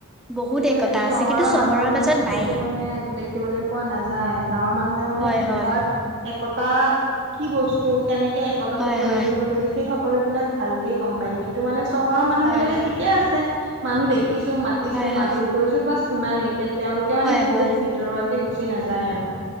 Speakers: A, in the centre; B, on the right.
A: বহুত
B: কিন্তু
A: একতা
B: সেইটো
A: আছে
B: চহৰৰ
A: কিন্তু
B: মানুহৰ মাজত
A: নায়েই
B: সেইটো মানে দেখিবলৈ পোৱা নাযায়। গাঁৱৰ মানুহে মানে
A: হয়
B: এ একতাৰ,
A: হয়
B: একতা কি বস্তু, কেনেকে একতাটো
A: হয়
B: ধৰি
A: হয়
B: ৰাখিব লাগে, সেই সকলো বিলাক ভালকে গম পায়, কিন্তু মানে চহৰৰ মানুহ
A: হয়
B: বিলাকে
A: হয়
B: ঠিকে আছে। মানুহ দেখিছো, মাতিছো,
A: হয় হয়
B: মাত বোল কৰিছো, বাচ সিমানেই। কে তেওঁলোকে মানে
A: হয় হয়
B: বহুত
A: হয়
B: ভ যোৰোৱাকে গুচি নাযায় আৰু।